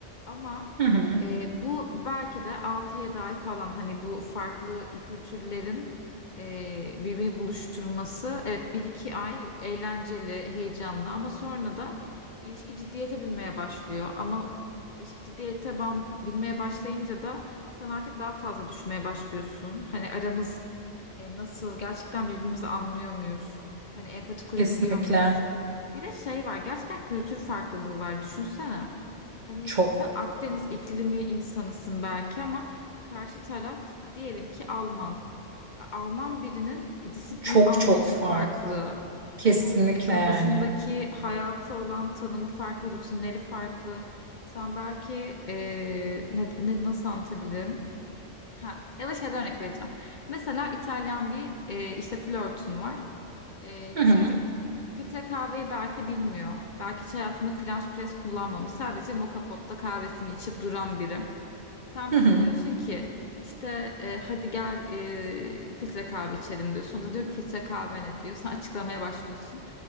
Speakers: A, on the left; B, on the right.
A: Ama
B: Hı hı.
A: e, bu belki de altı yedi ay falan hani bu farklı kültürlerin e, birbirini buluşturması. Evet bir iki ay eğlenceli, heyecanlı ama sonra da ilişki ciddiyete binmeye başlıyor. Ama ilişki ciddiyete ban- binmeye başlayınca da sen artık daha fazla düşmeye başlıyorsun. Hani aramız e, nasıl, gerçekten birbirimizi anlıyor muyuz? Hani empati kurabiliyor
B: Kesinlikle
A: muyuz? Bir de şey var, gerçekten kültür farklılığı var düşünsene. Hani
B: çok
A: sen Akdeniz iklimi insanısın belki ama karşı taraf diyelim ki Alman. Alman birinin disiplinin
B: çok
A: anlayışı
B: çok farklı.
A: farklı.
B: Kesinlikle
A: Onun e, kafasındaki
B: yani.
A: hayata olan tanımı farklı, rutinleri farklı. Sen belki e, ne, ne- nasıl anlatabilirim? Ha, ya da şeyden örnek vereceğim. Mesela İtalyan bir e, işte flörtün var. Ee,
B: Hı
A: çocuk
B: hı.
A: filtre kahveyi belki bilmiyor. Belki hiç hayatında French press kullanmamış. Sadece moka potta kahvesini içip duran biri. Sen
B: Hı
A: bir
B: hı.
A: gün diyorsun ki işte e, hadi gel e, filtre kahve içelim diyorsun. O da diyor ki filtre kahve ne diyor. Sen açıklamaya başlıyorsun.